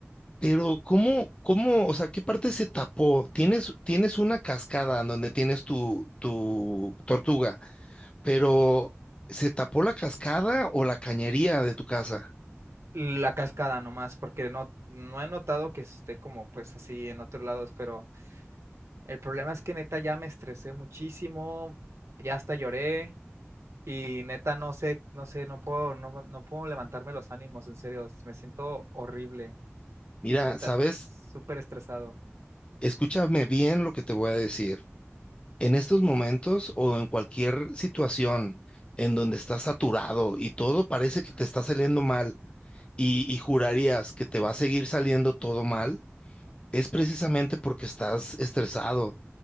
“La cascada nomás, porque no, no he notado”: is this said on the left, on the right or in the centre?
Right